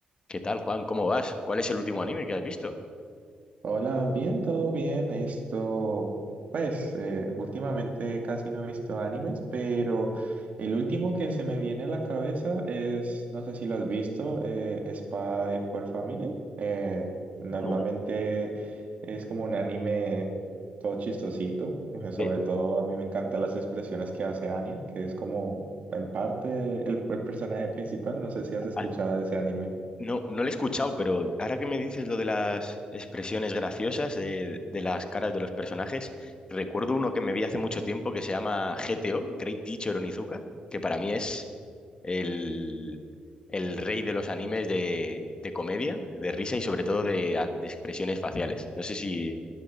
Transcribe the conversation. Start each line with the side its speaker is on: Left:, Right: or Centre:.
Left: ¿Qué tal, Juan? ¿Cómo vas? ¿Cuál es el último anime que has visto?
Right: Hola, bien, todo bien. Esto, pues, eh, últimamente casi no he visto animes, pero el último que se me viene a la cabeza es, no sé si lo has visto, eh, Spy por Family. Eh, normalmente
Left: No,
Right: es como un anime todo chistosito. eh, Sobre
Left: De-
Right: todo a mí me encantan las expresiones que hace Anya, que es como en parte el el personaje principal. No sé si has escuchado
Left: ah,
Right: de ese anime.
Left: no, no lo he escuchado, pero ahora que me dices lo de las expresiones graciosas de, de las caras de los personajes, recuerdo uno que me vi hace mucho tiempo que se llama GTO, Great Teacher Onizuka, que para mí es el, el rey de los animes de, de comedia, de risa y sobre todo de, a- de expresiones faciales. No sé si,